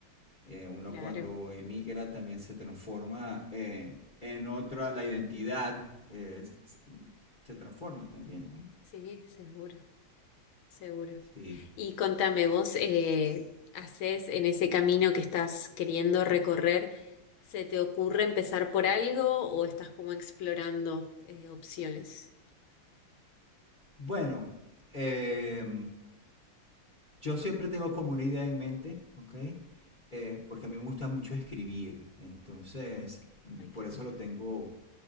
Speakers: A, on the left (about 30°); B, on the left (about 85°).
A: Eh, uno
B: Claro,
A: cuando emigra también se transforma en, en otra, la identidad eh, se transforma también, ¿no?
B: sí, seguro, seguro.
A: Sí.
B: Y contame, vos eh, haces en ese camino que estás queriendo recorrer, ¿Se te ocurre empezar por algo o estás como explorando eh, opciones?
A: Bueno, eh, yo siempre tengo como una idea en mente, ¿ok? Eh, porque a mí me gusta mucho escribir, entonces mm,
B: Ay,
A: por
B: qué lindo.
A: eso lo tengo